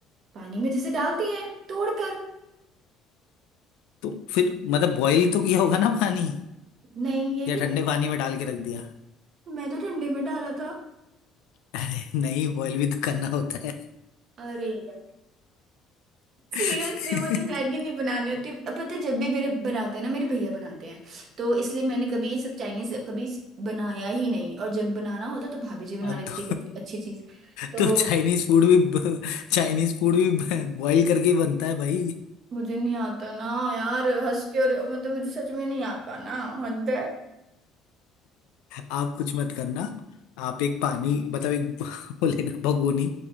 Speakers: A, on the right; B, on the left.
A: पानी में जैसे डालती है तोड़ कर
B: तो फिर मतलब बॉईल तो किया होगा ना पानी
A: नहीं ये
B: या
A: भी करना
B: ठंडे पानी में डाल के रख दिया
A: मैं तो ठंडे में डाला था
B: अरे नहीं बॉईल भी तो करना होता है
A: अरे सीरियसली
B: <laughs>
A: मुझे मैगी नहीं बनानी होती अब पता है, जब भी मेरे बनाते हैं ना मेरे भैया बनाते हैं तो इसलिए मैंने कभी ये सब चाइनीज कभी बनाया ही नहीं और जब बनाना होता तो भाभी जी बना
B: हाँ,
A: लेती
B: तो
A: है कुछ अच्छी चीज तो
B: तो चाइनीज फूड भी चाइनीज फूड भी बॉईल करके ही बनता है भाई
A: मुझे नहीं आता ना यार हंस क्यों रहे हो मतलब मुझे सच में नहीं आता ना हद है
B: आप कुछ मत करना आप एक पानी मतलब एक वो लेना भगोनी